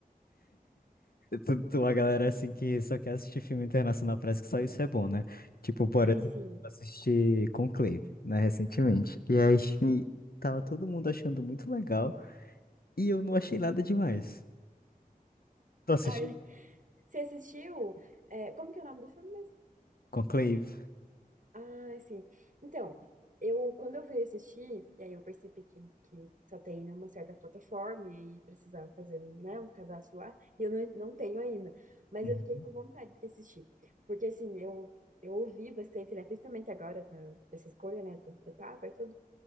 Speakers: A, on the left (about 75°); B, on the right (about 55°).
A: Tu, tu, a galera, assim, que só quer assistir filme internacional, parece que só isso é bom, né? Tipo, por
B: <laughs> Ai,
A: exemplo,
B: sim.
A: eu assisti Conclave, né, recentemente. E aí, <laughs> tava todo mundo achando muito legal, e eu não achei nada demais. Tu assistiu
B: Ai. Você assistiu? é, como que é o nome do filme?
A: Conclave?
B: Ah, sim. Então, eu quando eu fui assistir, e aí eu percebi que, que só tem numa certa plataforma e precisava fazer um, né, um cadastro lá, e eu não, não tenho ainda. Mas
A: Uhum.
B: eu fiquei com vontade de assistir. Porque assim, eu, eu ouvi bastante, né? Principalmente agora da- dessa escolha, né, do, do Papa e tudo.